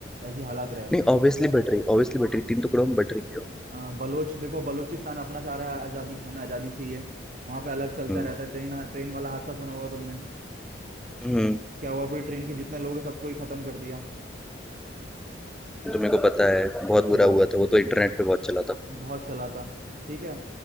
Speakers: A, on the right; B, in the centre.
A: ऐसी हालात रहे
B: नहीं ऑब्वियसली बट रही ऑब्वियसली बट रही तीन टुकड़ों में बट रही है
A: अ, बलोच देखो बलोचिस्तान अपना चाह रहा है आज़ादी हमें आज़ादी चाहिए वहां पे अलग चलता
B: हम्म
A: रहता है ट्रेन ट्रेन वाला हादसा सुना होगा तुमने
B: हम्म,
A: क्या हुआ पूरी ट्रेन के जितने लोग हैं सबको ही खत्म कर दिया
B: तो मेरे को पता है बहुत बुरा
A: हाँ
B: हुआ था वो तो इंटरनेट पे बहुत चला था
A: बहुत चला था ठीक है